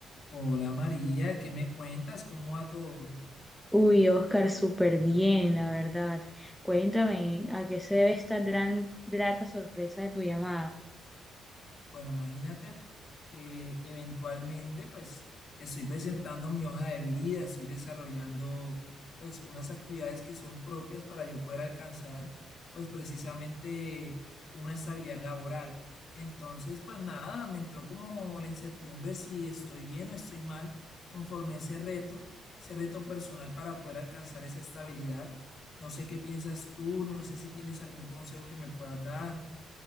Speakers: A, on the left (about 45°); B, in the centre.
A: Hola María, ¿qué me cuentas? ¿Cómo va todo?
B: Uy, Oscar, súper bien, la verdad. Cuéntame, ¿a qué se debe esta gran, grata sorpresa de tu llamada?
A: Bueno, imagínate que eventualmente pues estoy presentando mi hoja de vida, estoy desarrollando pues unas actividades que son propias para yo poder alcanzar pues precisamente una estabilidad laboral. Entonces, pues nada, me entró como la incertidumbre si estoy bien o estoy mal conforme a ese reto, ese reto personal para poder alcanzar esa estabilidad. No sé qué piensas tú, no sé si tienes algún consejo que me puedas dar.